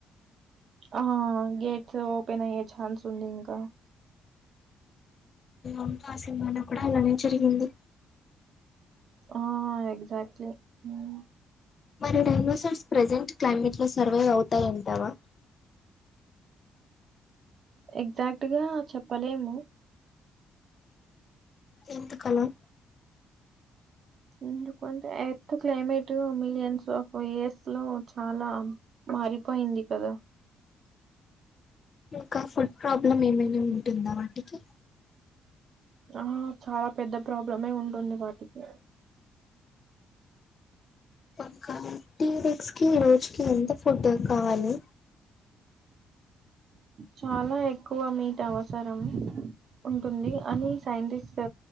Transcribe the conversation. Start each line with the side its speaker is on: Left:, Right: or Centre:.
Right: ఆ గేట్స్ ఓపెన్ అయ్యే ఛాన్స్ ఉంది ఇంకా
Left: అంటా ఆ సినిమాన కూడా అలానే జరిగింది
Right: ఆ ఎక్జాక్ట్లీ ఉమ్
Left: మరి డైనోసర్స్ ప్రెజెంట్ క్లైమేట్ లో సర్వైవ్ అవుతాయి అంటావా
Right: ఎగ్జాక్ట్ గా చెప్పలేము
Left: ఎందుకు అలా
Right: ఎందుకు అంటే earth climate millions of years లో చాలా మారిపోయింది కదా
Left: ఇంకా ఫుడ్ ప్రాబ్లమ్ ఏమైనా ఉంటుందా వాటికి
Right: ఆ చాలా పెద్ద ప్రాబ్లం మే ఉంటుంది వాటికి
Left: పక్క టీ రెక్స్ కి రోజు కి ఎంత ఫుడ్ కావాలి
Right: చాలా ఎక్కువ మీట్ అవసరం ఉంటుంది అని సైంటిస్ట్